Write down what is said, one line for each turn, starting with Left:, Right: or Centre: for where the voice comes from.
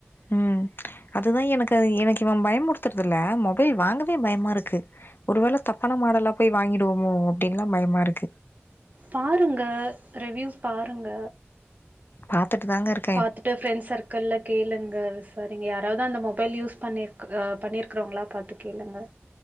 Left: ம் அதுதா எனக்கது எனக்கு இவெ பயம் முருத்றதுல்ல மொபைல் வாங்கவே பயமா இருக்கு ஒருவேள தப்பான மாடலா போய் வாங்கிடுவோமோ அப்டின்லா பயமா இருக்கு
Right: பாருங்க ரிவ்யூஸ் பாருங்க
Left: பாத்துட்டு தாங்க இரு
Right: பாத்துட்டு ஃபிரெண்ட்ஸ் சர்க்கிள்ல கேளுங்க ரிஃபரிங் யாராவ்து அந்த மொபைல் யூஸ் பண்ணிருக் ஆ பண்ணிருக்றவுங்ளா பாத்து கேளுங்க